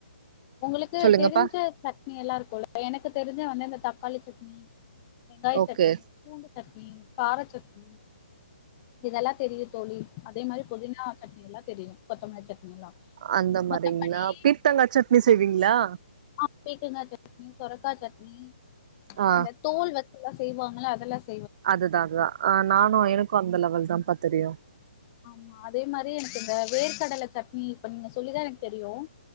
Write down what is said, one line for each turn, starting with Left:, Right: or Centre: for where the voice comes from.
Left: உங்களுக்கு
Right: சொல்லுங்கப்பா
Left: தெரிஞ்ச சட்னி எல்லாம் இருக்கும் எனக்கு தெரிஞ்ச வந்து இந்த தக் தக்காளி சட்னி வெங்காய
Right: ஓகே
Left: சட்னி பூண்டு சட்னி பார சட்னி இதெல்லாம் தெரியும் தோழி அதே மாதிரி பொதினா சட்னி எல்லாம் தெரியும் கொத்தமல்லி சட்னி எல்லா
Right: அந்த மாதிரிங்களா
Left: மத்தபடி
Right: பீர்த்தங்காய் சட்னி செய்வீங்களா
Left: ஆஹ் பீக்கங்காய் சட்னி சொரக்கா சட்னி
Right: ஆ
Left: அந்த தோல் வந் செய்வாங்களா அதெல்லாம்
Right: அதுதான் அதுதான் ஆஹ் நானும் எனக்கும் அந்த லெவல் தான் பத்தெரியும்
Left: ஆமா அதே மாதிரி எனக்கு இந்த வேர்க்கடல சட்னி அப்ப நீங்க சொல்லிதான் எனக்கு தெரியும்